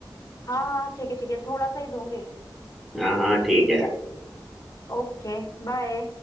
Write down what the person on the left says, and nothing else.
हाँ हाँ ठीक है ठीक है थोड़ा सा ही दूंगी
ठीक
है ओके बाय